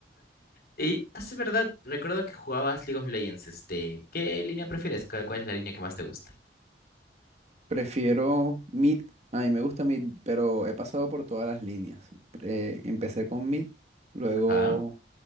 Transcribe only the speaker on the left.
Y hace verdad, recuerdo que jugabas League of Legends, este, ¿qué línea prefieres? ¿Cuál cuál es la línea que más te gusta?
Ajá.